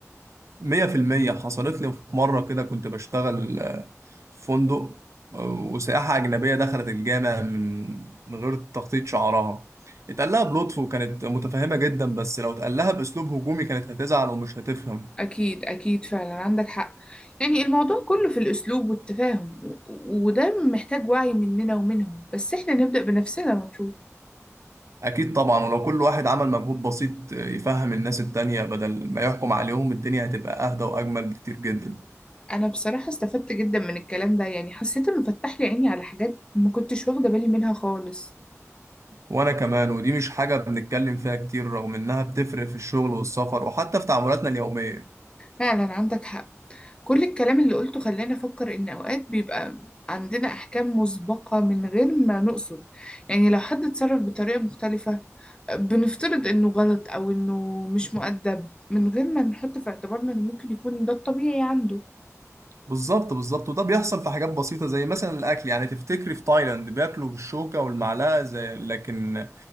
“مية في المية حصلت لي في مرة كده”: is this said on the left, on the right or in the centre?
Right